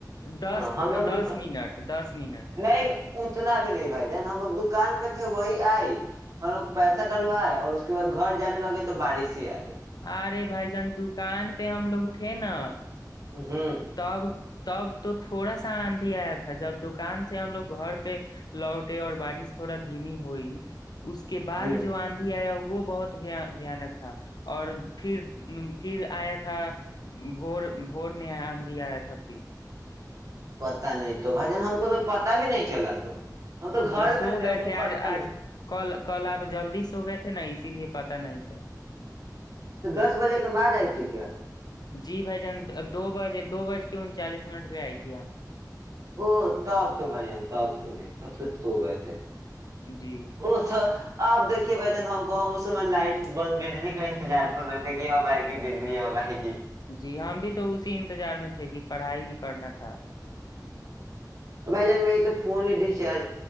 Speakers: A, on the left; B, on the right.
A: دس
B: ہاں ہم لوگ
A: دس
B: دکھ کر
A: منٹ دس منٹ
B: نہیں اتنا بھی نہیں بھائی ن ہم لوگ دکان پہ تھے وہی آئے ہم لوگ پیسہ ڈلوائے اور اس کے بعد گھر جانے لگے تو بارش ہی آ گئے
A: ارے بھائی جان دکان پہ ہم لوگ تھے نا
B: ہوں
A: تب تب تو تھوڑا سا آندھی آیا تھا جب دکان سے ہم لوگ گھر پہ لوٹے اور بارش تھوڑا دھیمی ہوئی اس کے بعد
B: جی
A: جو آندھی آیا وہ بہت بانک تھا اور پھر پھر آیا تھا بور بور میں بھی آیا تھا پھر
B: پتا نہیں تو بھائی جان ہم کو تو پتا بھی نہیں چلا تو ہم تو گھر
A: سو
B: میں
A: گئے
B: ہم کو
A: تھے
B: پتا
A: آج
B: بھی
A: آج کل کل آپ جلدی سو گئے تھے نا اسی لیے پت نہیں چلا
B: تو دس بجے کے بعد آئی تھی کیا
A: جی بھائی جان دو بجے دو بج کے انچالیس منٹ پہ آئی تھی اند
B: او تاپ تو بھائی جان تاپ تو نہیں تب کچھ سو گئے تھے
A: جی
B: اس اب دھیے بھ جن ہم کو اس میں لائٹ بند بجلی کا انتظار کر رہے تھے کہ اب آئے گی بجلی اب آئے گی
A: جی ہم بھی تو اسی انتظار میں تھے کہ پڑھائی بھی کرنا تھا ہاں
B: بھائی جان مری تو فون ہی ریچارج